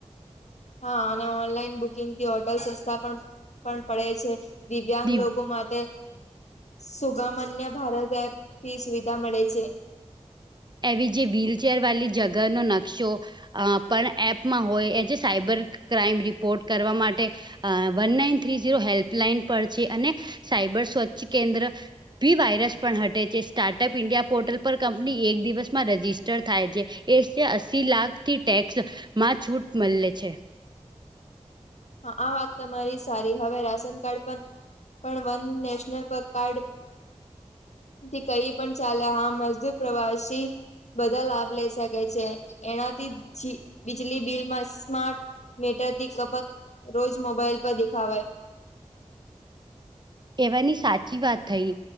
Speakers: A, on the left; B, on the right.
A: હા અને ઓનલાઈન બુકિંગ થી ઓટલ સસ્તા પણ પણ પડે છે. દિવ્યાંગ
B: દિવ
A: લોકો માટે સુગમન્ય ભારત એપ થી સુવિધા મળે છે.
B: એવી જે વ્હીલચેર વાલી જગરનો નકશો અ પણ એપમાં હોય એ જે સાયબર ક્રાઈમ રિપોર્ટ કરવા માટે અ one nine three zero helpline પર છે અને સાયબર સ્વચ્છ કેન્દ્ર બી વાયરસ પણ હટે છે સ્ટાર્ટઅપ ઇન્ડિયા પોર્ટલ પર કંપની એક દિવસ દિવસમાં રજિસ્ટર થાય છે એ અસી લાખથી ટેક્સ માં છૂટ મળે છે.
A: હા આ વાત તમારી સારી હવે રાશન કાર્ડ બંદ. પણ વન નેશનલ પર કાર્ડ. થી કહી પણ ચાલે હા મજદૂર પ્રવાસી બધા લાભ લઈ શકે છે એનાથી જી બીજલી બિલમાં સ્માર્ટ મીટર તી ખપત રોજ મોબાઈલ પર દેખાવે.
B: એવાની સાચી વાત થઈ